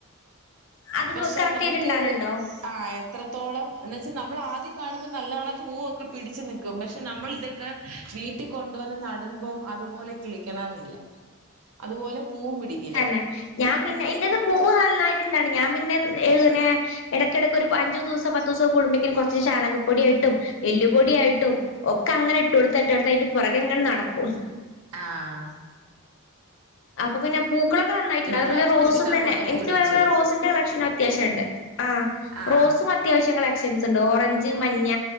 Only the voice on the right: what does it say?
പക്ഷെ
നമുക്ക്
ആഹ് എത്രത്തോളം എന്ന് വെച്ചാൽ നമ്മൾ ആദ്യം കാണുമ്പോൾ നല്ലണക്കെ പൂവൊക്കെ പിടിച്ചു നിൽക്കും പക്ഷെ നമ്മൾ ഇതൊക്കെ വീട്ടിൽ കൊണ്ടുവന്ന് നടുമ്പം അതുപോലെ കിളിക്കണംമെന്നില്ല അതുപോലെ പൂവും പിടിക്കില്ല
ആഹ്
ഇപ്രാവശ്യം
ഇഷ്ടം
പോലെ
പൂ പിടിച്ചു
ആഹ്